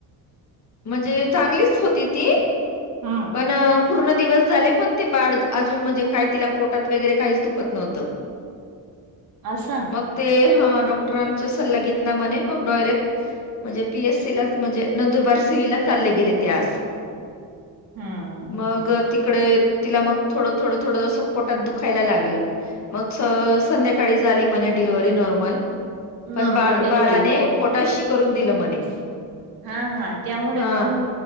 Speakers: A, on the left; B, on the right.
A: म्हणजे चांगलीच होती ती.
B: हम्म
A: पण पूर्ण दिवस झाले पण ते बाळ अजुन म्हणजे काही तिला पोटात वगैरे काहीच दुखत नव्हतं. अन ऎंटिलेजेबल
B: अस.
A: ते डॉक्टरांचा सल्ला घेतला म्हणे मग डायरेक्ट म्हणजे पी एस सी ला म्हणजे नंदुरबार सिव्हल ला चालले गेले ते आज.
B: हा.
A: मग तिकडे तिला मग थोडं थोडं थोडं जसं पोटात दुखायला लागलं. मग स संध्याकाळी झाली म्हणे डिलिव्हरी नॉर्मल. पण
B: नॉर्मल
A: बाळ
B: डिलिव्हरी
A: बाळाने पोटात शी करून दिलं म्हणे.
B: हा हा त्यामुळे
A: हा
B: पण